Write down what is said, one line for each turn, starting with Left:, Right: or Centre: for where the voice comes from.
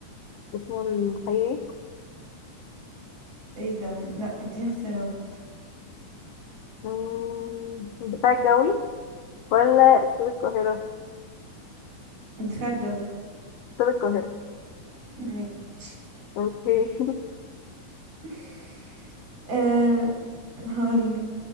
Left: اسمه الحقيقي
Right: ايه ده لا اديني اختيارات
Left: مم، الدفاع الجوي ولا استاد القاهرة
Right: الدفاع الجوي
Left: استاد القاهرة
Right: ماشي
Left: اوكي
Right: <laughs> أه هقولك